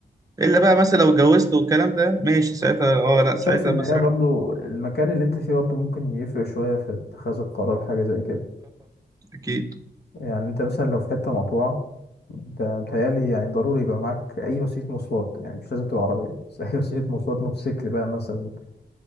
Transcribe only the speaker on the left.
انا
شايف ان
هي برضو المكان اللي انت فيه برضو ممكن يفرق شوية في اتخاذ القرار حاجة زي كده
يعني انت مثلا لو في حتة مقطوعة انت بتهيألي يعني ضروري يبقى معاك اي وسيله مواصلات يعني مش لازم تبقى عربيه بس اي وسيله مواصلات موتوسيكل بقى مثلا